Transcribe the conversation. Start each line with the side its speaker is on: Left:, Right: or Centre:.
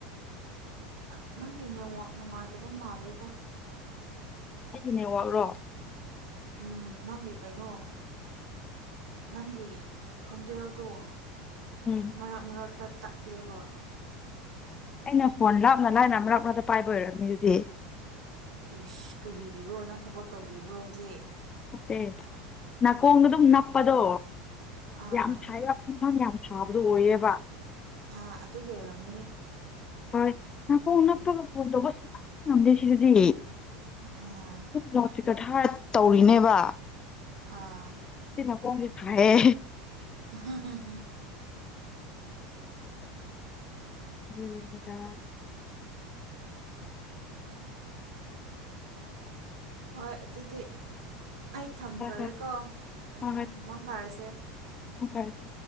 Right: ꯅꯪ ꯅꯪꯒꯤ ꯅꯦꯠꯋꯥꯛ ꯅꯨꯡꯉꯥꯏꯇꯕ ꯃꯥꯜꯂꯦꯗꯥ
Left: ꯑꯩꯒꯤ ꯅꯦ ꯋꯥꯛ ꯔꯣ
Right: ꯎꯝ ꯅꯪꯒꯤ ꯀꯩꯅꯣ ꯅꯪꯒꯤ ꯐꯣꯟꯖꯦꯜꯗꯣ
Left: ꯎꯝ
Right: ꯃꯔꯛ ꯃꯔꯛꯇ ꯇꯠꯂꯦꯕ
Left: ꯑꯩꯅ ꯐꯣꯟ ꯂꯥꯞꯅ ꯂꯥꯏꯅ ꯃꯔꯛ ꯃꯔꯛ ꯇ ꯄꯥꯏꯕ ꯑꯣꯏꯔꯝꯅꯤ ꯑꯗꯨꯗꯤ
Right: ꯏꯁ ꯀꯔꯤꯒꯤꯔꯣ ꯅꯪ ꯊꯕꯛ ꯇꯧꯔꯤꯕ꯭ꯔꯣ ꯍꯧꯖꯤꯛ
Left: ꯅꯠꯇꯦ ꯅꯥꯀꯣꯡꯗ ꯑꯗꯨꯝ ꯅꯞꯄꯗꯣ
Right: ꯑꯥ
Left: ꯌꯥꯝ ꯁꯥꯏꯕ ꯏꯪꯊꯝ ꯌꯥꯝ ꯁꯥꯕꯗꯣ ꯑꯣꯏꯌꯦꯕ
Right: ꯑ ꯑꯗꯨꯒꯤ ꯑꯣꯏꯔꯝꯃꯅꯤ
Left: ꯍꯣꯏ ꯅꯥꯀꯣꯡ ꯅꯞꯄꯒ ꯐꯣꯟ ꯇꯧꯕ ꯁꯨꯉꯝ ꯉꯝꯗꯦ ꯁꯤꯗꯗꯤ
Right: ꯑꯥ
Left: <unintelligible> ꯂꯥꯎꯗ ꯏꯁ꯭ꯄꯤꯀꯔ ꯊꯥꯔ ꯇꯧꯔꯤꯅꯦꯕ
Right: ꯑꯥ
Left: ꯁꯤꯅ ꯀꯣꯡꯖꯦ ꯁꯥꯏꯌꯦ
Right: <unintelligible>
Left: ꯑꯗꯨꯒꯤ ꯅꯤꯗꯥ
Right: ꯍꯣꯏ ꯑꯗꯨꯗꯤ ꯑꯩ ꯊꯝꯈ꯭ꯔꯒꯦꯀꯣ
Left: ꯍꯣꯏ ꯍꯣꯏ ꯍꯣꯏ
Right: ꯎꯝ
Left: ꯍꯣꯏ ꯐꯔꯁꯦ
Right: ꯃꯪ ꯐꯔꯥꯁꯦ
Left: ꯃꯪ ꯐꯔꯥꯁꯦ